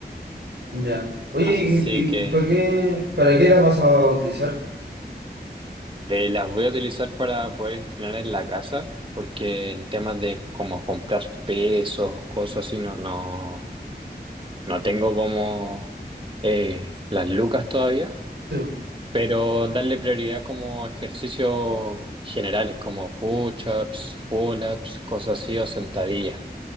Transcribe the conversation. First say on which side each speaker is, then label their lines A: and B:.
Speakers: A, on the right; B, on the right.
A: Ya. Oye,
B: Así
A: ¿y, y
B: que
A: para qué, para qué las vas a utilizar?
B: eh, las voy a utilizar para poder entrenar en la casa, porque en temas de como comprar pesos, cosas así, no, no, no tengo como eh, las lucas todavía.
A: Sí.
B: pero darle prioridad como ejercicios generales, como push-ups, pull-ups, cosas así o sentadillas.